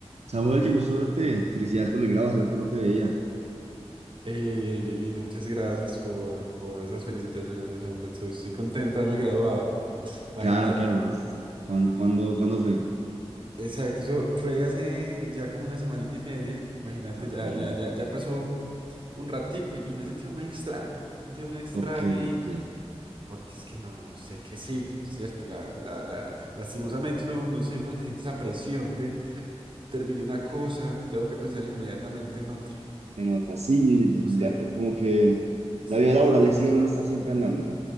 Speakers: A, on the right (about 80°); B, on the right (about 50°).
A: Samuel, qué gusto verte. Felicidades por el grado, hace rato no te veía.
B: Ey, ey, Dieguito, muchas gracias por, por esas felicitaciones, hombre. Soy, estoy contenta de haberme graduado. Imagínate.
A: Claro, claro.
B: pero-
A: vas- ¿Cuán- ¿Cuándo, cuándo, fue?
B: Exacto, eso fue hace ya como una semanita y media. Imagínate,
A: Ah,
B: ya,
A: qué bien.
B: ya, ya, ya pasó un ratico y, y me he sentido muy extraño. Me he sentido muy extraño
A: ¿Por qué?
B: y
A: ¿Por qué?
B: porque es que no, no sé qué sigue, ¿cierto? La, la, la, lastimosamente no no sé por qué siente esa presión de terminé una cosa, tengo que pensar inmediatamente en otra.
A: Se nota, sí,
B: No sé,
A: la- como que la vida
B: pues.
A: laboral exige a uno estar siempre andando, ¿no?